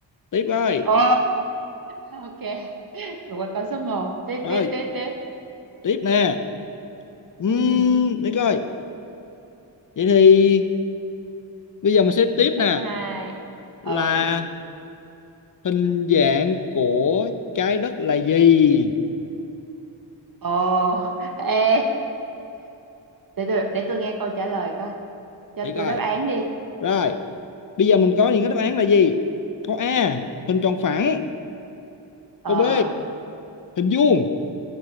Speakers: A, on the left; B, on the right.
A: Tiếp ơi
B: ồ ok vượt qua con số một, tiếp
A: Rồi
B: tiếp tiếp tiếp
A: tiếp nè Ừm,
B: ừ
A: Để coi Vậy thì bây giờ mình sẽ tiếp nè
B: câu số hai,
A: Là
B: ừ
A: hình dạng của trái đất là gì
B: ồ ê để tôi để tôi nghe câu trả lời coi cho
A: để
B: tôi
A: coi
B: đáp án đi
A: rồi bây giờ mình có những cái đáp án là gì câu A hình tròn phẳng
B: ờ
A: câu B hình vuông